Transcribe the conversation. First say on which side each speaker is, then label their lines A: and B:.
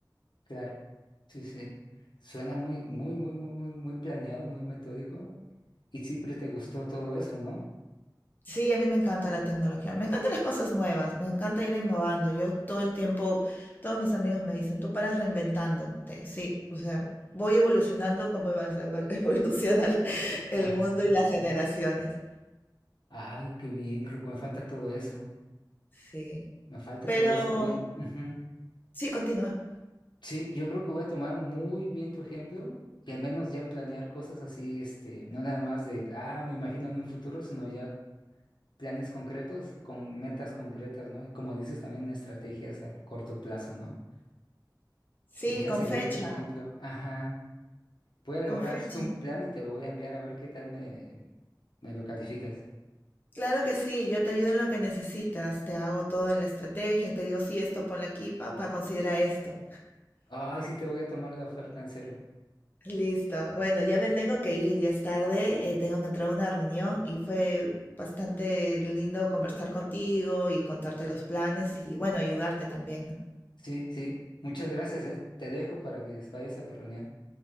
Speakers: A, on the left; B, on the left.
A: Claro, sí, sí. Suena muy, muy, muy, muy, muy, muy planeado, muy metódico. Y siempre te gustó todo eso, ¿no?
B: Sí, a mí me encanta la tecnología, me encantan las cosas nuevas, me encanta ir innovando. Yo todo el tiempo, todos mis amigos me dicen, tú paras reinventándote. Sí, o sea, voy evolucionando como eva- eva- <laughs> evoluciona el el
A: Ajá.
B: mundo y las generaciones.
A: Ay, qué bien, creo que me falta todo eso.
B: Sí,
A: Me falta
B: pero
A: todo eso. Yo, ujú.
B: sí, continúa.
A: Sí, yo creo que voy a tomar muy bien tu ejemplo y al menos ya planear cosas así, este, no nada más de, ah, me imagino en un futuro, sino ya planes concretos con metas concretas, ¿no? Y como dices, también estrategias a corto plazo, ¿no?
B: Sí,
A: Voy
B: con
A: a seguir
B: fecha,
A: tu ejemplo. Ajá. Voy a elaborar
B: con fecha.
A: así como un plan y te lo voy a enviar a ver qué tal me, me lo calificas.
B: Claro que sí, yo te ayudo en lo que necesitas, te hago toda la estrategia, y te digo, sí, esto ponle aquí, papá, considera esto.
A: Ay, sí te voy a tomar la oferta, en serio.
B: Listo. Bueno, ya me tengo que ir, ya es tarde, eh, tengo que entrar a una reunión y fue bastante lindo conversar contigo y contarte los planes y bueno, ayudarte también, ¿no?
A: Sí, sí. Muchas gracias, ¿eh? Te dejo para que vayas a tu reunión.